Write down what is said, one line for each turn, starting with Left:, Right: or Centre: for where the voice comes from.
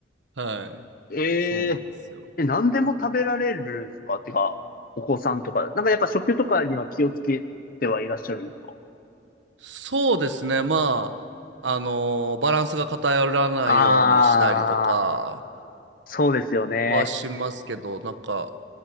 Right: はい。
Left: ええ
Right: そうなんですよ。
Left: え、何でも食べられるんですかてか、お子さんとか。なんかやっぱ食とかには気をつけてはいらっしゃるんですか
Right: そうですね。まあ、あのーバランスが偏らないようにしたりとか
Left: ああー、そうですよね。
Right: はしますけど、なんか、